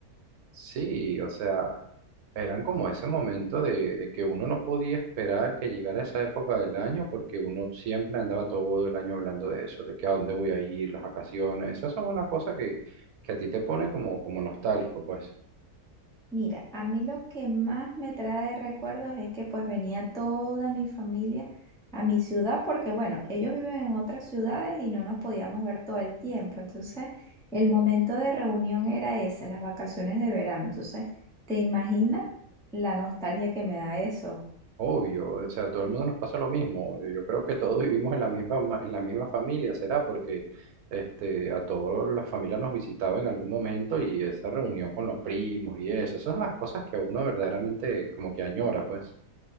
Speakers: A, on the right; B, in the centre.
A: Sí, o sea, eran como ese momento de, de que uno no podía esperar que llegara esa época del año porque uno siempre andaba todo el año hablando de eso, de que a dónde voy a ir, las vacaciones, esas son una cosa que, que a ti te pone como, como nostálgico, pues.
B: Mira, a mí lo que más me trae recuerdos es que pues venía toda mi familia a mi ciudad porque bueno, ellos viven en otras ciudades y no nos podíamos ver todo el tiempo. Entonces, el momento de reunión era ese, las vacaciones de verano. Entonces, ¿te imaginas la nostalgia que me da eso?
A: Obvio, o sea, a todo el mundo nos pasa lo mismo. Yo creo que todos <laughs> vivimos en la misma, ma- en la misma familia, será porque este, a todas las familias nos visitaba en algún momento y esa reunión con los primos y eso, esas son las cosas que a uno verdaderamente como que añora, pues.